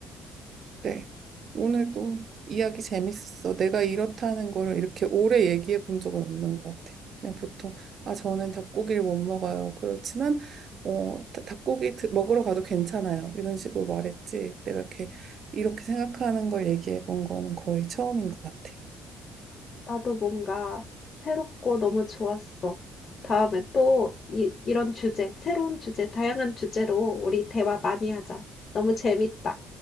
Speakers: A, on the right (about 40°); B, on the left (about 25°).
A: 네. 오늘도 이야기 재밌었어. 내가 이렇다는 거를 이렇게 오래 얘기해 본 적은 없는 것 같아. 그냥 보통, 아, 저는 닭고기를 못 먹어요. 그렇지만, 어, 다- 닭고기 드- 먹으러 가도 괜찮아요. 이런 식으로 말했지. 내가 이렇게, 이렇게 생각하는 걸 얘기해 본 거는 거의 처음인 것 같아.
B: 나도 뭔가 새롭고 너무 좋았어. 다음에 또 이, 이런 주제, 새로운 주제, 다양한 주제로 우리 대화 많이 하자. 너무 재밌다.